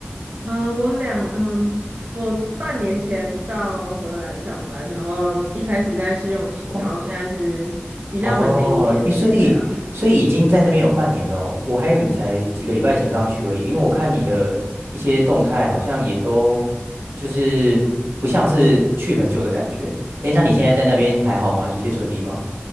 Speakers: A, on the right; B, on the right.
A: 嗯，我俩，嗯，我半年前到荷兰上班，然后一开始在试用期，
B: 哦
A: 然后现在是比较稳定一点。
B: 哦，诶，所以所以已经在那边有半年了哦，
A: 对啊，
B: 我还以为你才几个礼拜前刚去而已，因为我看你的一些动态好像也都就是不像是去很久的感觉。诶，那你现在在那边还好吗？一切顺利吗？